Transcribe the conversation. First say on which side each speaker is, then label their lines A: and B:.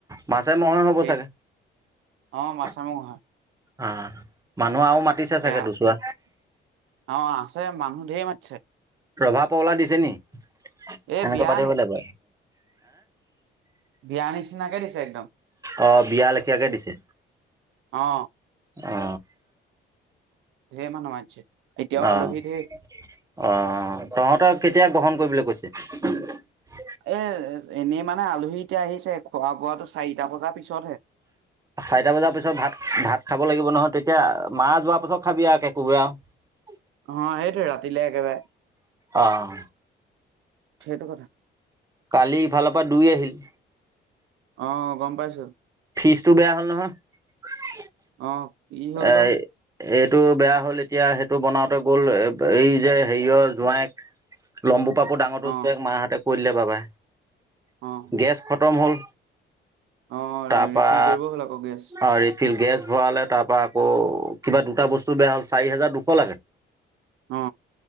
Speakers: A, on the right (about 15°); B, on the right (about 80°).
A: মাছে মংসহে হ'ব
B: সেই
A: চাগে
B: অ মাছামুখ
A: <unintelligible>
B: হয়
A: মানুহ আৰু মাতিছে
B: সেয়া
A: চাগে দুছৰা
B: অ আছে মানুহ ঢেৰ মাতিছে
A: ৰভা পহলা দিছে নেকি
B: এই
A: সেনেকে
B: বিয়া
A: পাতিব লাগিব
B: বিয়াৰ নিচিনাকে দিছে একদম
A: অ বিয়া লেখিয়াকে দিছে
B: অ
A: অ
B: ঢেৰ মানুহ মাতিছে এতিয়াও
A: অ অ
B: আলহী ঢেৰ
A: তহঁতৰ কেতিয়া গ্ৰহণ কৰিব কৈছে
B: এ এনেই মানে আলহী এতিয়া আহিছে খোৱা বোৱাটো চাৰিটা বজাৰ পিছতহে
A: চাৰিটা বজাৰ পিছত ভাত ভাত খাব লাগিব নহয় তেতিয়া মা যোৱাৰ পাছত খাবি আৰু একে কোবে আ
B: অ সেইটোৱে ৰাতিলে একেবাৰে
A: অ',
B: সেইটো কথা
A: কালি ইফালৰ পৰা দুই আহিল
B: অ গম পাইছো
A: ফ্ৰিজটো বেয়া হ'ল নহয়
B: অ কি হ'ল
A: এ
B: বা
A: এইটো বেয়া হ'ল এতিয়া সেইটো বনাওঁতে গ'ল এই যে হেৰিয়ৰ জোঁৱায়েক লম্বু পাপুৰ ডাঙৰ পুতেক
B: অ
A: মাহঁতে কৈ দিলে পাবা
B: অ
A: গেছ খ- -তম হ'ল
B: অ',
A: তাৰপৰা
B: ৰিফিল কৰিব হ'ল আকৌ গেছ।
A: অ ৰিফিল গেছ ভৰালে তাত তাৰপৰা আকৌ কিবা দুটা বস্তু বেয়া হ'ল চাৰি হাজাৰ দুশ লাগে
B: অ